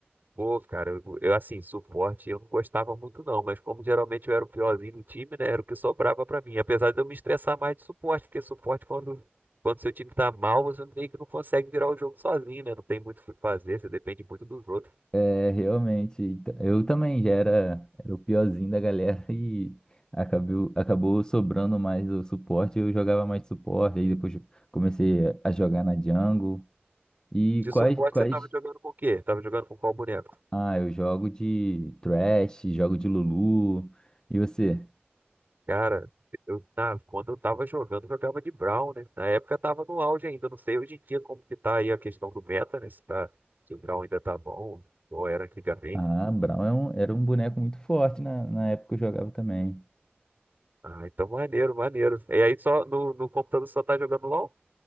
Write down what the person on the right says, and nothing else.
Pô, cara, eu, eu, assim, suporte eu não gostava muito não, mas como geralmente eu era o piorzinho do time, né, era o que sobrava pra mim. Apesar de eu me estressar mais de suporte, porque suporte quando, quando seu time tá mal, você meio que não consegue virar o jogo sozinho, né? Não tem muito o que fazer, você depende muito dos outros.
De
suporte
você tava jogando com o quê? Tava jogando com qual boneco?
Cara, eu, na, quando eu tava jogando, eu jogava de Brown, né? Na época tava no auge ainda, não sei hoje em dia como que tá aí a questão do meta, né? Se, tá, se o Brown ainda tá bom, ou era antigamente.
Ah, então maneiro, maneiro. E aí só no, no computador só tá jogando LOL